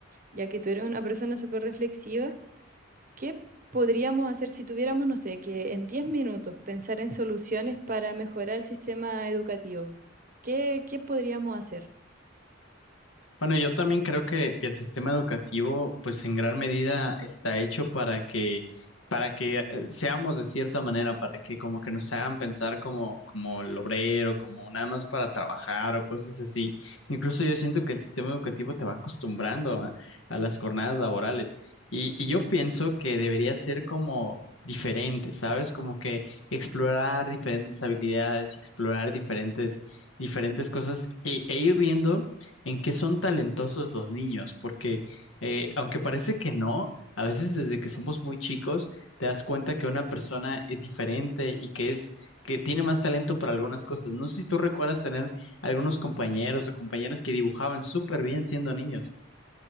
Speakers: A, on the right (about 45°); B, on the left (about 85°).
A: ya que tú eres una persona súper reflexiva, ¿qué podríamos hacer si tuviéramos, no sé, que en 10 minutos pensar en soluciones para mejorar el sistema educativo? ¿Qué, qué podríamos hacer?
B: Bueno, yo también creo que, que el sistema educativo, pues en gran medida está hecho para que, para que eh, seamos de cierta manera, para que como que nos hagan pensar como, como el obrero, como nada más para trabajar o cosas así. Incluso yo siento que el sistema educativo te va acostumbrando a, a las jornadas laborales. Y, y yo pienso que debería ser como diferente, ¿sabes? Como que explorar diferentes habilidades, explorar diferentes, diferentes cosas y e ir viendo en qué son talentosos los niños, porque eh, aunque parece que no, a veces desde que somos muy chicos te das cuenta que una persona es diferente y que es que tiene más talento para algunas cosas. No sé si tú recuerdas tener algunos compañeros o compañeras que dibujaban súper bien siendo niños.